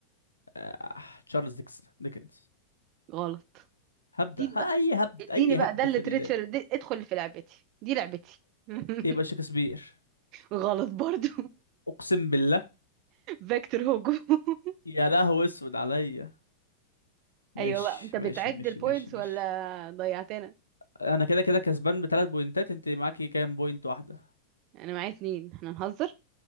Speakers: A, on the left; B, on the right.
A: آه. تشارلز ديكس ديكنز
B: غلط
A: هبدأ
B: اديني
A: ها
B: بقى
A: اي هبد
B: اديني
A: اي
B: بقى
A: هبد
B: ده اللي
A: في
B: تريتشر
A: ال...
B: دي ادخل في لعبتي دي لعبتي <laughs>
A: يبقى شكسبير
B: غلط برضو
A: اقسم بالله
B: فيكتور هوجو <laughs>
A: يا لهو اسود عليا ماشي
B: ايوه بقى انت بتعد
A: ماشي ماشي
B: البوينتس
A: ماشي ماشي
B: ولا ضيعتنا
A: انا كده كده كسبان بثلاث بوينتات انت معاكي كام بوينت واحدة
B: انا معايا اتنين احنا نهزر